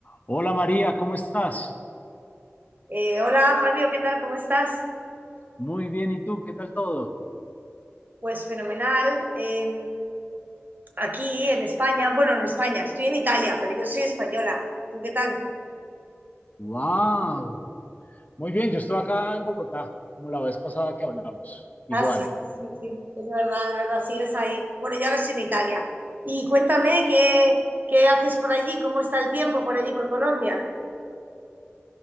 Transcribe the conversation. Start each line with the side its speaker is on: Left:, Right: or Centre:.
Left: Hola María, ¿cómo estás?
Right: Eh, hola Fabio, ¿qué tal? ¿Cómo estás?
Left: Muy bien, ¿y tú? ¿Qué tal todo?
Right: Pues fenomenal. Eh, aquí en España, bueno, en España, estoy en Italia, pero yo soy española. ¿Tú qué tal?
Left: Wow, muy bien, yo estoy acá en Bogotá, como la vez pasada que hablamos, igual.
Right: Ah, sí, sí, sí, sí, es verdad, es verdad, sigues ahí. Bueno, yo ahora estoy en Italia. Y cuéntame, ¿qué, qué haces por allí? ¿Cómo está el tiempo por allí, por Colombia?